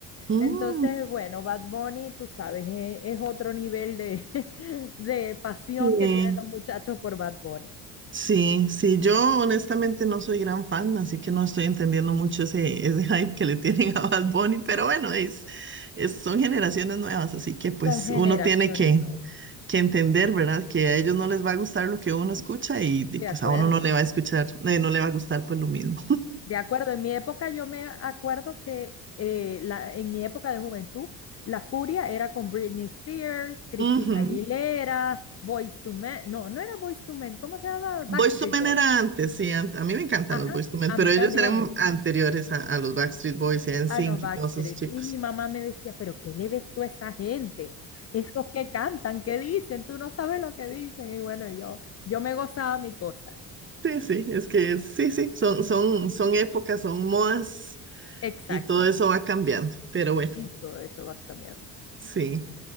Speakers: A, on the right; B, on the left.
A: Mm,
B: Entonces, bueno, Bad Bunny, tú sabes, eh, es, otro nivel de, <laughs> de pasión
A: sí.
B: que tienen los muchachos por Bad Bunny.
A: Sí, sí, yo honestamente no soy gran fan, así que no estoy entendiendo mucho ese, ese <laughs> hype que le tienen a Bad Bunny, pero bueno, es, es- son generaciones nuevas, así que pues
B: Son generaciones
A: uno tiene que,
B: nuevas.
A: que entender, ¿verdad? Que a ellos no les va a gustar lo que uno escucha y,
B: De
A: y, pues
B: acuerdo.
A: a uno no le va a escuchar, eh, no le va a gustar pues lo mismo.
B: De acuerdo, en mi época yo me acuerdo que eh, la- en mi época de juventud la furia era con Britney Spears, Christina
A: <laughs>
B: Aguilera, Boyz to Men, no, no era Boyz to Men, ¿cómo se llama Backstreet
A: Boyz II Men
B: Boys.
A: era antes, sí, an- a mí me encantan
B: Ajá,
A: los Boyz II Men,
B: a
A: pero
B: mí
A: ellos
B: también,
A: eran anteriores a, a los Backstreet Boys y a NSYNC
B: a los Backstreet.
A: y todos esos chicos.
B: Y mi mamá me decía, pero ¿qué le ves tú a esa gente? Esos que cantan, ¿qué dicen? Tú no sabes lo que dicen. Y bueno, yo, yo me gozaba mi cosa.
A: Sí, sí, es que sí, sí, son, son, son épocas, son modas
B: Exacto.
A: y todo eso va cambiando, pero bueno,
B: Y todo eso va cambiando.
A: sí.